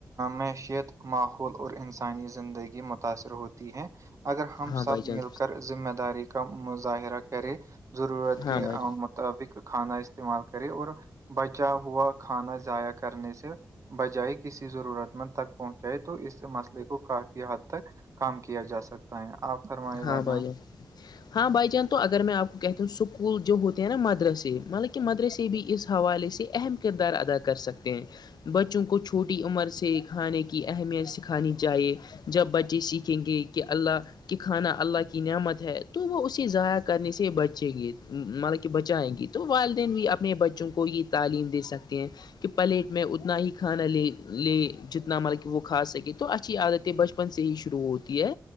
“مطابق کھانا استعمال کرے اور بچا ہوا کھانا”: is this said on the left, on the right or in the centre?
Right